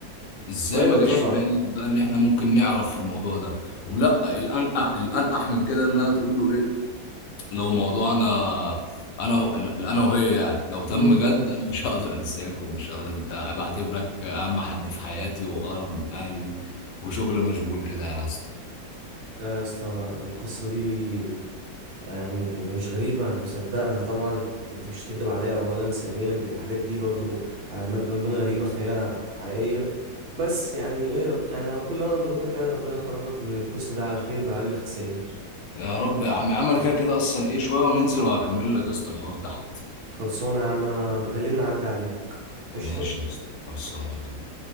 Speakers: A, on the left; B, on the right.
A: ازاي
B: ايوه
A: ما جاش
B: طبعا
A: في بالي بقى ان احنا ممكن نعرف الموضوع ده ولا الأن- الانقح من كده انها تقول له ايه لو موضوع انا انا و... انا وهي يعني لو تم
B: امم
A: جد انا مش هقدر انساك ومش هقدر انت بعتبرك اهم حد في حياتي واقرب من اهلي وشغل مشغول كده يا اسطى
B: لا يا اسطى القصه دي يعني هي مش غريبة أنا مصدقها طبعا يعني أنت مش هتكدب عليا أولا ثانيا الحاجات دي برضو على مد من بين غريبة فهي حقيقية بس يعني إيه رب يعني كل اللي أنا أقدره لك يعني ربنا يخرجك من القصة ده على خير بأقل الخسائر
A: يا رب يا عم يا عم انا كده كده اصلا ايه شويه وننزل وهكمل لك يا اسطى الحوار تحت
B: خلصانة يا عم أنا بكلمنا عدى عليك قشطة
A: ماشي يا اسطى خلصانه يا زميلي.